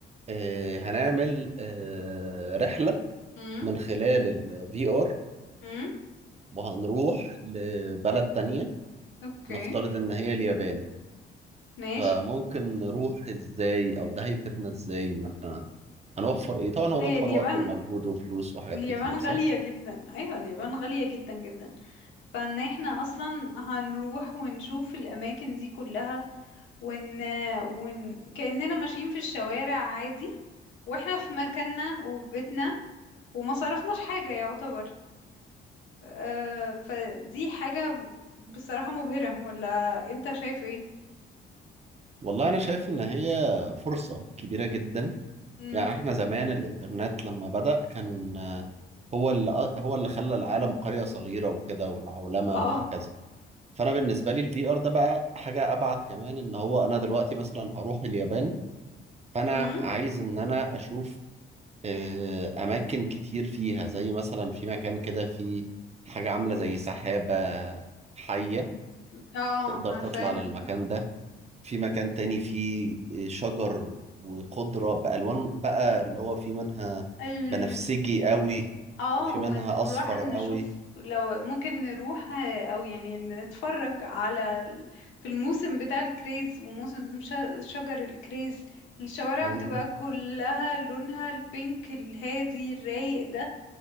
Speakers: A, on the right; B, on the left.
A: آه، هنعمل آه، رحلة
B: أم
A: من خلال الفي ار
B: أم
A: وهنروح لبلد تانية
B: أوكي
A: نفترض ان هي اليابان
B: نعيش
A: فممكن نروح ازاي او ده هيفيدنا ازاي ان احنا هنوفر ايه طبعا هنوفر
B: هي اليابان
A: وقت ومجهود وفلوس وحاجات
B: اليابان
A: كتير صح
B: غالية جدا عيالي اليابان غالية جدا جدا فان احنا اصلا هنروح ونشوف الاماكن دي كلها ون... ون... كأننا ماشيين في الشوارع عادي واحنا في مكاننا وفي بيتنا وما صرفناش حاجة يعتبر آه فدي حاجة بصراحة مبهرة ولا انت شايف ايه؟
A: والله انا شايف ان هي فرصة كبيرة جدا
B: مم.
A: يعني احنا زمان الانترنت لما بدأ كان آه، هو اللي هو اللي خلى العالم قرية صغيرة وكده والعولمة
B: اه
A: وهكذا فأنا بالنسبة لي الفي ار ده بقى حاجة أبعد كمان إن هو أنا دلوقتي مثلا هروح اليابان فأنا
B: مم.
A: عايز إن أنا أشوف آه، أماكن كتير فيها زي مثلا في مكان كده في حاجة عاملة زي سحابة حية
B: اه
A: تقدر
B: عارفاها
A: تطلع للمكان ده في مكان تاني فيه شجر وخضرة بألوان بقى اللي هو في منها
B: <laughs>
A: بنفسجي قوي
B: اه
A: وفي
B: ونروح
A: منها أصفر
B: نشوف
A: قوي
B: لو ممكن نروح آه، او يعني نتفرج على ال- في الموسم بتاع الكريز وموسم ش- شجر الكريز الشوارع
A: مم.
B: بتبقى كلها لونها البينك الهادي الرايق ده